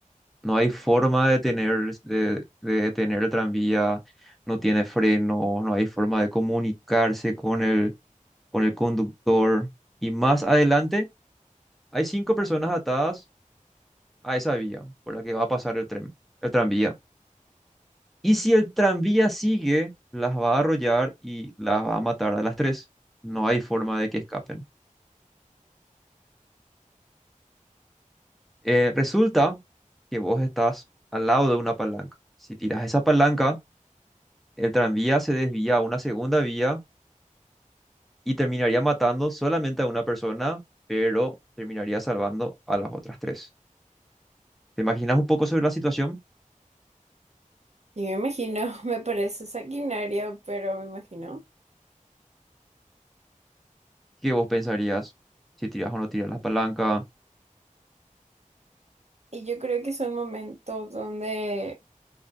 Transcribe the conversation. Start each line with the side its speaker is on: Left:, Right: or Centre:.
Centre: No hay forma de detener, de, de detener el tranvía, no tiene frenos, no hay forma de comunicarse con el, con el conductor. Y más adelante Hay cinco personas atadas a esa vía por la que va a pasar el tren, el tranvía. Y si el tranvía sigue, las va a arrollar y las va a matar a las tres. No hay forma de que escapen. Eh, resulta que vos estás al lado de una palanca. Si tiras esa palanca, el tranvía se desvía a una segunda vía y terminaría matando solamente a una persona, pero terminaría salvando a las otras tres. ¿Te imaginas un poco sobre la situación?
Right: Yo me imagino, <laughs> me parece sanguinario, pero me imagino.
Centre: ¿Qué vos pensarías? Si tiras o no tiras la palanca,
Right: Y yo creo que son momentos donde,